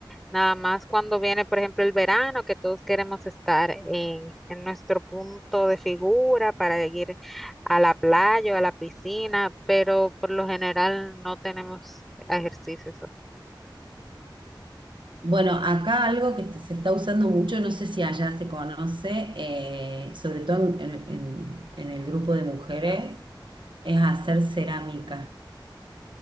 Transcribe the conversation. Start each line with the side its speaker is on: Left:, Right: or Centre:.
Centre: Nada más cuando viene, por ejemplo, el verano, que todos queremos estar en, en nuestro punto de figura para ir a la playa o a la piscina, pero por lo general no tenemos ejercicios
Right: Bueno, acá algo que se está usando mucho, no sé si allá se conoce, eh, sobre todo en, en- en- en el grupo de mujeres, es hacer cerámica.